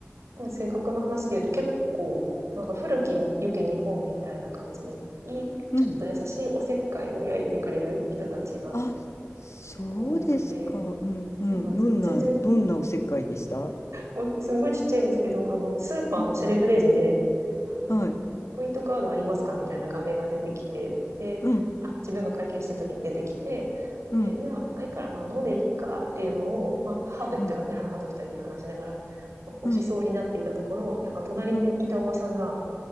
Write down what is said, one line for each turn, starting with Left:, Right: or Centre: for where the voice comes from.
Right: もう性格の話で言うと結構、なんか古きに良き日本みたいな感じで、いい、
Left: うん。
Right: ちょっと優しいおせっかいを焼いてくれる人たちが
Left: あ、そうですか。
Right: 結構多くて、
Left: うん、
Right: そうなんですよ。
Left: うん。どんな、
Right: 全然
Left: どんなおせっかいでした
Right: もうすんごいちっちゃいんですけど、あの、スーパーのセルフレジで、
Left: うん、
Right: あの、
Left: はい。
Right: ポイントカードありますかみたいな画面が出てきて、で、
Left: うん、
Right: あ、自分が会計してる時に出てきて、
Left: うん、
Right: で、いや、ないから、まあ、のでいっかっていうのを、まあ、母と言ったので、
Left: うん、
Right: 母と二人で話しながら、まあ押しそうになっていたところ、
Left: うん、
Right: なんか隣にいたおばさんが、
Left: うん、